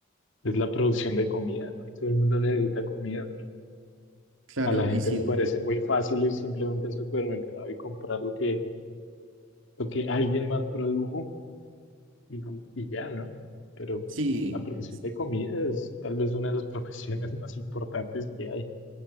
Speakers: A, on the left (about 75°); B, on the right (about 80°).
A: es la producción de comida, ¿no? Y todo el mundo necesita comida, pero
B: claro,
A: a la
B: y
A: gente
B: sin,
A: le parece muy fácil ir simplemente al supermercado y comprar lo que, lo que alguien más produjo y, y ya, ¿no? Pero
B: sí,
A: la producción
B: s-
A: de comida es tal vez una de las <laughs> profesiones más importantes que hay.